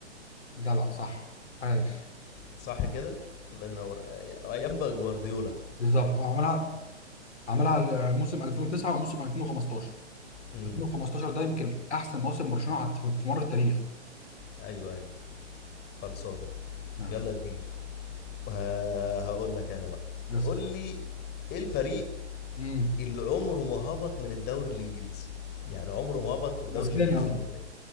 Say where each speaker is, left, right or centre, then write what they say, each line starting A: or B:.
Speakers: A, on the left (about 75°); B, on the left (about 30°).
A: جدع صح عاش
B: صح كده الله ينور أي- ايام بقى جوارديولا
A: بالظبط اه عملها عملها موسم 2009 وموسم 2015
B: امم
A: 2015 ده يمكن احسن موسم برشلونه عت- في مر التاريخ
B: ايوه ايوه خلصانه
A: ماشي
B: يلا يا كبير ه- هقول لك انا بقى
A: بس
B: قول لي ايه الفريق
A: امم
B: اللي عمره ما هبط من الدوري الانجليزي يعني عمره ما هبط في الدوري
A: اسبانيا
B: الانجليزي
A: قصدي
B: الممتاز